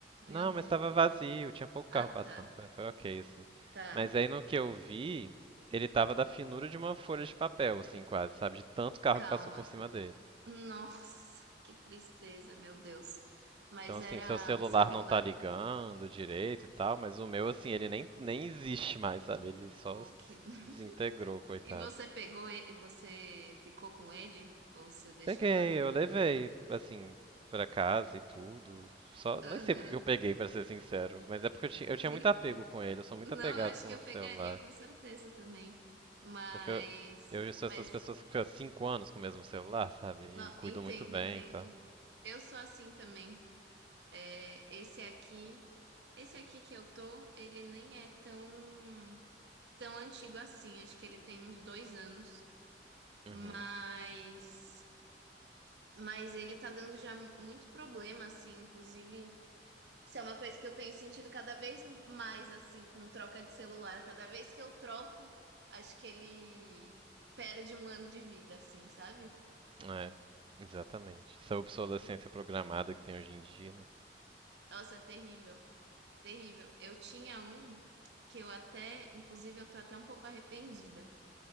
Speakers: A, on the right (about 70°); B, on the right (about 30°).
A: Meu
B: não,
A: Deus.
B: mas tava vazio, tinha pouco
A: Ah,
B: carro passando.
A: tá.
B: Foi, foi ok, assim.
A: Tá.
B: Mas aí no que eu vi, ele tava da finura de uma folha de papel, assim, quase, sabe? De tanto carro
A: Calma.
B: que passou por cima dele.
A: Nossa, que tristeza, meu Deus. Mas
B: Então, assim,
A: era
B: seu celular
A: um celular.
B: não tá ligando
A: no
B: direito e tal, mas o meu, assim, ele nem, nem existe mais, sabe? Ele só
A: poke
B: des-
A: <laughs>
B: desintegrou, coitado.
A: E você pegou ele? Você ficou com ele? Ou você deixou
B: Peguei,
A: lá?
B: eu levei, assim, pra casa e tudo. Só,
A: Aham.
B: nem sei porque que eu peguei, pra ser sincero, mas é porque eu, ti- eu tinha
A: Sim.
B: muito apego com ele, eu sou muito
A: Não,
B: apegado
A: acho
B: com
A: que eu
B: o celular.
A: pegaria com certeza também. Mas,
B: Porque eu, eu sou
A: mas,
B: essas pessoas que ficam cinco anos com o mesmo celular, sabe? E
A: não,
B: cuido
A: entendo,
B: muito bem
A: entendo.
B: e tal.
A: Eu sou assim também. É, esse aqui, esse aqui que eu tô, ele nem é tão, tão antigo assim. Acho que ele tem uns dois anos.
B: Uhum.
A: Mas, mas ele tá dando já muito problema, assim. Inclusive. Isso é uma coisa que eu tenho sentido cada vez mais, assim, com troca de celular. Cada vez que eu troco, acho que ele perde um ano de vida, assim, sabe?
B: É, exatamente. Essa obsolescência programada que tem hoje em dia, né?
A: Nossa, é terrível, terrível. Eu tinha um que eu até, inclusive, eu tô até um pouco arrependida,